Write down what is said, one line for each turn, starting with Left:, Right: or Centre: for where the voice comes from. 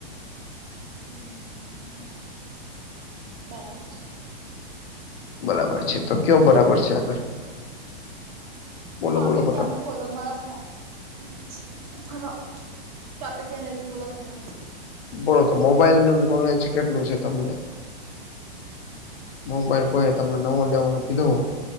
Right: હમ બરાબર છે.
Left: બરાબર છે તો કયો બરાબર છે આગળ બોલો
Right: ટોપિક
Left: બોલો ફટાફટ
Right: તમે બોલો મારા ફોન અચ થોરા ટોપિક છે લગીન બોલો તમે.
Left: બોલો તો મોબાઈલ નું નોલેજ કેટલું છે તમને? મોબાઈલ હોય કોઈ તમને નવો લેવાનું કીધો હોય.